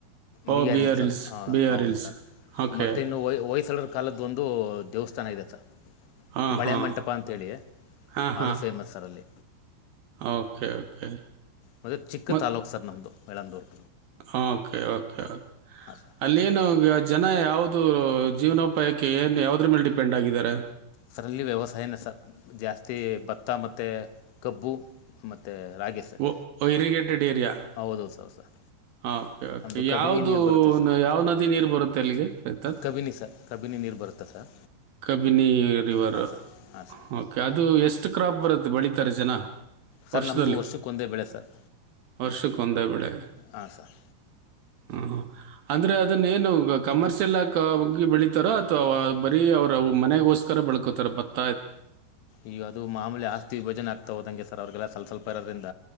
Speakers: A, on the right; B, on the left.
A: ಓ
B: ಬಿ ಆರಿಲ್
A: ಆರ್
B: ಸರ್
A: ಹಿಲ್ಸ್
B: ಹಾಂ
A: ಬಿ ಆರ್
B: ಹೌದು
A: ಹಿಲ್ಸ್
B: ಸರ್
A: ಓಕೆ
B: ಮತ್ತೆ ಇನ್ನು ವಯಸ್ಸಳರ ಕಾಲದು ಒಂದು ದೇವಸ್ಥಾನ. ಚೆನ್ನಾಗಿದೆ ಸರ್
A: ಹಾ
B: ಬಳೆ
A: ಹಾ
B: ಮಂಟಪ ಅಂತೇಳಿ
A: ಹಾ ಹಾ
B: ಅದು ಫೇಮಸ್ ಸರ್ ಅಲ್ಲಿ.
A: Okay okay.
B: ಮ ಚಿಕ್ಕ
A: ಮತ್
B: ತಾಲೂಕ್ ಸರ್ ನಮ್ಮ್ದಯಳಂದೂರು
A: ಓಕೆ ಓಕೆ
B: ಸರ್
A: ಅಲ್ಲಿ ಏನು ಹ. ಜನ ಯಾವದು ಜೀವನೋಪಾಯಕ್ಕೆ ಏನ್ ಯಾವದ್ರ ಮೇಲೆ ಡಿಪೆಂಡ್ ಆಗಿದ್ದಾರೆ.
B: ಸರಲ್ಲಿ ವ್ಯವಸಾಯನ ಸರ್ ಜಾಸ್ತಿ ಭತ್ತ ಮತ್ತೆ ಕಬ್ಬು ಮತ್ತು. ಮತ್ತೆ ರಾಗಿ ಸರ್
A: ಓ ಇರಿಗೇಟೆಡ್ ಏರಿಯಾ
B: ಹೌದುೌದು ಸೌದು ಸರ್.
A: ಹಾಂ ಓಕೆ ಓಕೆ
B: ನಮ್ಮದು ಕಬಿನಿ
A: ಯಾವುದು
B: ನೀರು ಬರುತ್ತೆ ಸರ್
A: ಯಾವ ನದಿ ನೀರು ಬರುತ್ತೆ ಅಲ್ಲಿಗೆ ರೈತರ್.
B: ಕಬಿನಿ ಸರ್ ಕಬಿನಿ ನೀರು ಬರುತ್ತೆ ಸರ್.
A: ಕಬಿನಿ ರಿವರ್
B: ಹಾಂ ಸರ್ ಹಾಂ ಸರ್
A: ಓಕೆ ಅದು ಎಷ್ಟು ಕ್ರಾಪ್ ಬರುತ್ತೆ. ಬೆಳೀತಾರೆ ಜನ
B: ಸರ್
A: ವರ್ಷದಲ್ಲಿ
B: ನಮ್ಮದು ವರ್ಷಕ್ಕೊಂದೇ ಬೆಳೆ ಸರ್
A: ವರ್ಷಕ್ಕೊಂದೇ ಬೆಳೆ
B: ಹಾಂ ಸರ್
A: ಹ್ಮ ಹ ಅಂದ್ರೆ ಅದನ್ನ ಏನು ಕಮರ್ಷಿಯಲ್ ಆಕ್ ಬೆಳಿತಾರೋ ಅಥವಾ. ಅವ್ರ ಮನೆಗೋಸ್ಕರ ಬೆಳ್ಕೋತಾರೆ ಬತ್ತ.
B: ಈ ಅದು ಮಾಮೂಲಿ ಆಸ್ತಿ ವಿಭಜನೆ ಆಗ್ತಾ ಹೋದಂಗೆ ಸರ್ ಅವ್ರಿಗೆಲ್ಲ ಸ್ಲ್ ಸ್ವಪ ಇರೋದ್ರಿಂದ.